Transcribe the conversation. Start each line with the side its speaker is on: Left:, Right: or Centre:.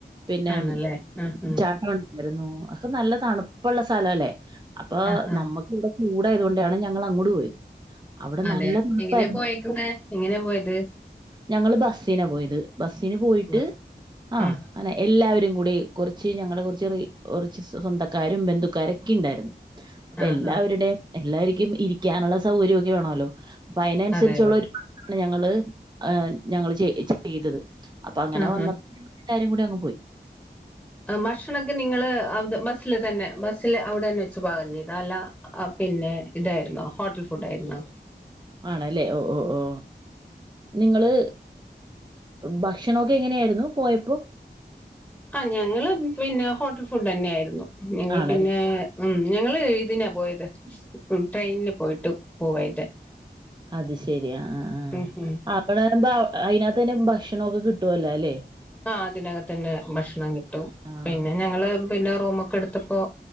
Right: പിന്നെ
Centre: ആണല്ലേ ആ ആ
Right: ചാട്ട രുന്നു അഒക്കെ നല്ല തണുപ്പ്ള്ള സ്ഥലല്ലേ അപ്പൊ
Centre: ആ ആ
Right: നമ്മ ഇവിടെ ചൂടായതോണ്ടാണ് ഞങ്ങൾ അങ്ങോട് പോയത്. അവിടെ
Centre: അതെ
Right: നല്ല തണുപ്പായിരുന്നു.
Centre: എങ്ങനെ പോയേക്കുന്നെ എങ്ങനെ പോയത്
Right: ഞങ്ങള് ബസ്സിനാ പോയത് ബസ്സിന് പോയിട്ട്
Centre: ബസ്
Right: ആ
Centre: ഉം
Right: അനെ എല്ലാവരും കൂടി കൊർച്ച് ഞങ്ങളെ കൊർച്ച് കുറച്ച് സ്വന്തക്കാരും ബന്ധുക്കാരൊക്കെ ഇണ്ടായിരുന്നു അപ്പൊ
Centre: ആ
Right: എല്ലാവരുടെയും
Centre: ഹാ
Right: എല്ലാവർക്കും ഇരിക്കാനുള്ള സൗകര്യമൊക്കെ വേണല്ലോ അപ്പൊ അതിനനുസരിച്ചുള്ള
Centre: അതെ അതെ
Right: ഞങ്ങള് ആ ഞങ്ങള് ചെയ ചെയ്തത് അപ്പൊ അങ്ങനെ
Centre: ആ ആ
Right: വന്നപ്പോ എല്ലാരും കൂടി അങ്ങ് പോയി
Centre: ഭക്ഷണൊക്കെ നിങ്ങള് ബസ്സില് തന്നെ ബസ്സ് സ്സില് അവിടെ തന്നെ വെച്ച് പാകം ചെയ്തോ അല്ല പിന്നെ ഇതായിരുന്നോ ഹോട്ടൽ ഫുഡ് ആയിരുന്നോ
Right: ആണല്ലേ ഓ ഓ ഓ നിങ്ങള് ഭക്ഷണൊക്കെ എങ്ങനെയായിരുന്നു പോയപ്പോ
Centre: ആഹ് ഞങ്ങള് പിന്നെ ഹോട്ടൽ ഫുഡ് തന്നെ ആയിരുന്നു ഇല്ലെങ്കി
Right: ആണല്ലേ
Centre: പിന്നെ ഉം ഞങ്ങള് ഇതിനാ പോയത് ട്രെയിനിന് പോയിട്ടു പോയതെ
Right: അത് ശരി ആഹ് ആഹ്
Centre: ഉം ഉം
Right: ആഹ് അവിടെറുമ്പ അയിനകത്ത് തന്നെ ഭക്ഷണ ഒക്കെ കിട്ടുവല്ലോ അല്ലെ
Centre: ആഹ് അതിനകത്തന്നെ ഭക്ഷണം കിട്ടും
Right: ആഹ്
Centre: പിന്നെ ഞങ്ങള് പിന്നെ റൂമൊക്കെ എടുത്തപ്പോ